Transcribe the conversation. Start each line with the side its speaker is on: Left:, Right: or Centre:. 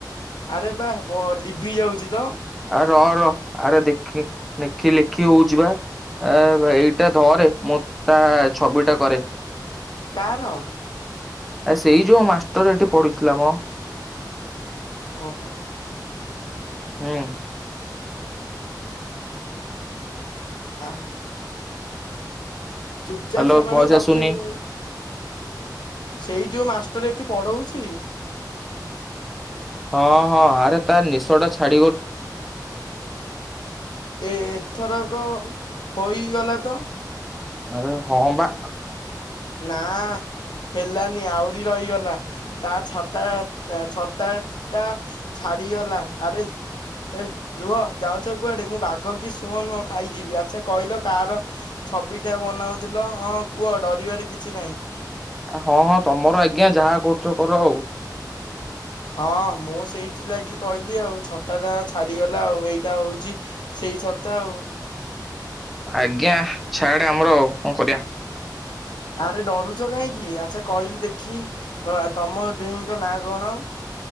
Left: ଆରେ ବା ଲିଭି ଯାଉଚି ତ।
Centre: ଆ ରହ ରହ ଆରେ ଦେଖେଁ ଦେଖି ଲେଖି ହଉଚିବା ଏଇଟା ଧରେ ମୁଁ ତା ଛବିଟା କରେ ।
Left: କାହାର?
Centre: ଆ ସେଇ ଯୋଉ ମାଷ୍ଟର ଏଠି ପଡଥିଲା ମ।
Left: ଓହୋ।
Centre: ହୁଁ।
Left: <unintelligible> ଚୁପଚାପ
Centre: ହ୍ୟାଲୋ
Left: ସେମାନଙ୍କୁ
Centre: ଭଏସ
Left: ଲକ୍ଷ୍ୟ
Centre: ଆସୁନି।
Left: କ ସେଇ ଯୋଉ ମାଷ୍ଟର ଏଠି ପଢଉଚି।
Centre: ହଁ ହଁ ଆରେ ତ ନିଶ ଟା ଛା
Left: ଏ ଏଥରକ ହୋଇଗଲା ତ
Centre: ଆରେ ହଁ ବା।
Left: ନା ହେଲାନି ଆହୁରି ରହିଗଲା ତା ଛତା ଛତା ଟା ଛାଡିଗଲା ଆରେ ଏ ରୁହ ଯାଉଚ କୁଆଡେ ମୁଁ ବାଘ କିି ସିଂହ ନୁହଁ ଖାଇଯିବି ଆଚ୍ଛା କହିଲ କାହାର ଛବିଟା ବନାଉଥିଲ ହଁ କୁହ ଡରିବାର କିଛି ନାଇଁ।
Centre: ହଁ ହଁ ତମର ଆଜ୍ଞା ଯାହା କରୁଚ କର ଆଉ
Left: ହଁ ମୁଁ ସେଇଥିଲାଗି କହିଲି ଆଉ ଛତାଟା ଛାଡିଗଲା ଆଉ ଏଇଟା ହୋଉଚି ସେଇ ଛତା ଆଉ।
Centre: ଆଜ୍ଞା ଛାଆଡେ ଆମର କଣ କରିବା।
Left: ଆରେ ଡରୁଚ କାହିଁକି ଆଚ୍ଛା କହିଲୁ ଦେଖି ତମ ଦୁହିଁଙ୍କ ନାଁ କଣ?